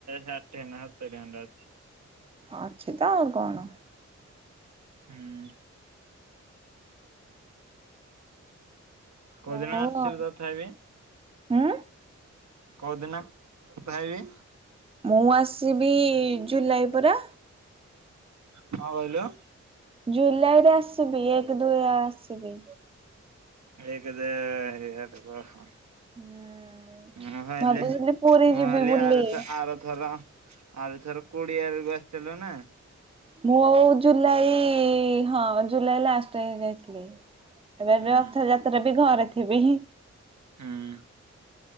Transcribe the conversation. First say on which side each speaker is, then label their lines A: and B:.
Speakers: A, on the right; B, on the right.
A: ଷାଠିଏ ନା ସତୁରି ଖଣ୍ଡେ ଅଛି।
B: ଅଛି ତ ଆଉ କଣ।
A: ହୁଁ କଉଦିନ
B: ହଉ
A: ଆସିବ
B: ଆଉ
A: ତ? ତଥାପି
B: ହୁଁ
A: କଉଦିନ ଆସିବ ତଥାପି?
B: ମୁଁ ଆସିବି ଜୁଲାଇ ପରା।
A: କଣ କହିଲ?
B: ଜୁଲାଇରେ ଆସିବି ଏକ ଦୁଇ ରେ ଆସିବି।
A: ହଇକଦ <unintelligible>
B: ହୁଁ।
A: ମୁଁ କହିଲି
B: ଭାବୁଥିଲି ପୁରୀ
A: ମୁଁ
B: ଯିବି
A: କହିଲି
B: ବୁଲି।
A: ଆର ଥର ଆର ଥର ଆଉ ଥର କୋଡିଏ ବେଳକୁ ଆସିଥିଲ ନା।
B: ମୁଁ ଆଉ ଜୁଲାଇ ହଁ ଜୁଲାଇ ଲାଷ୍ଟ ବେଳେ ଯାଇଥିଲି। ଏବେ
A: ହୁଁ
B: ରଥଯାତ୍ରା ବି ଘରେ ଥିବି।
A: ହୁଁ